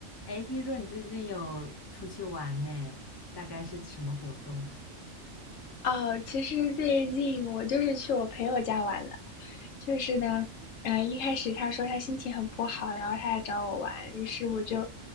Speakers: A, on the left; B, on the left.
A: 哎，听说你最近有出去玩呢，大概是什么活动啊？
B: 哦，其实最近我就是去我朋友家玩了，就是呢，呃，一开始他说他心情很不好，然后他来找我玩，于是我就